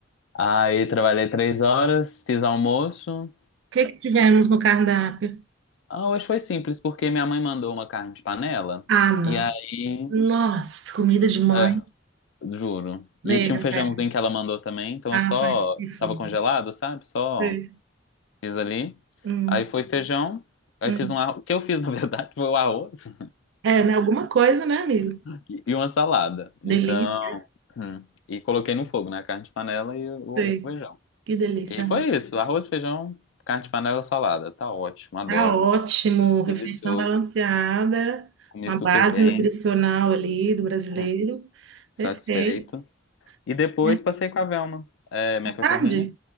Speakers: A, on the left; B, on the right.
A: Aí trabalhei três horas, fiz almoço.
B: que que tivemos no cardápio?
A: Ah, hoje foi simples, porque minha mãe mandou uma carne de panela.
B: Ah, não.
A: E aí,
B: Nossa, comida de mãe.
A: é, juro.
B: Nega,
A: E tinha um feijãozinho
B: velho.
A: que ela mandou também, então
B: Ah,
A: eu só
B: faz que foda.
A: tava congelado, sabe? Só
B: Sei.
A: fiz ali.
B: Hum,
A: Aí foi feijão, aí
B: hum.
A: fiz um arroz. O que eu fiz, <laughs> na verdade, foi o arroz
B: É, né? Alguma coisa, né, amigo?
A: <laughs> e e uma salada.
B: Delícia.
A: Então, hum, e coloquei no fogo, né? a Carne de panela e o,
B: Sei.
A: o feijão.
B: Que delícia.
A: E foi isso, arroz, feijão, carne de panela, salada. Tá ótimo, adoro.
B: Tá ótimo, refeição
A: Delicioso.
B: balanceada,
A: Comi
B: com a
A: super
B: base
A: bem,
B: nutricional ali do brasileiro.
A: hum, satisfeito.
B: Perfeito.
A: E depois
B: É,
A: passei com a Velma, é, minha cachorrinha.
B: tarde?